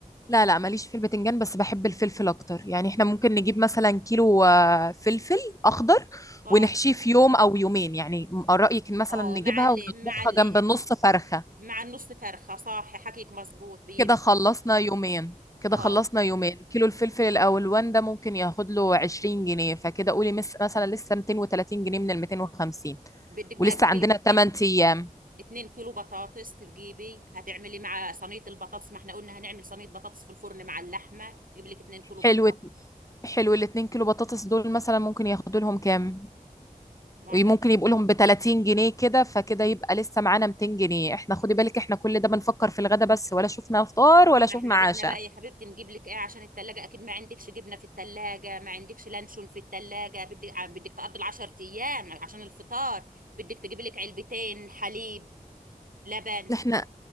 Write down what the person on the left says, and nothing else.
لا لا ماليش في البتنجان بس بحب الفلفل اكتر يعني احنا ممكن نجيب مثلا كيلو آه، فلفل اخضر
ونحشيه في يوم او يومين يعني م- رأيك إن مثلا
نجيبها
ونطبخها
جنب النص فرخة
كده خلصنا يومين كده
خلصنا يومين كيلو الفلفل الألوان ده ممكن ياخد له 20 جنيه فكده قولي مس مثلا لسه 230 جنيه من ال 250
ولسه
عندنا
8 أيام
حلو حلو ال 2 كيلو بطاطس دول مثلا ممكن ياخدوا لهم كام
ممكن يبقوا لهم ب 30 جنيه كده فكده يبقى لسه معانا 200 جنيه احنا خدي بالك احنا كل ده بنفكر في الغدا بس ولا شفنا فطار ولا
شفنا
عشاء
احنا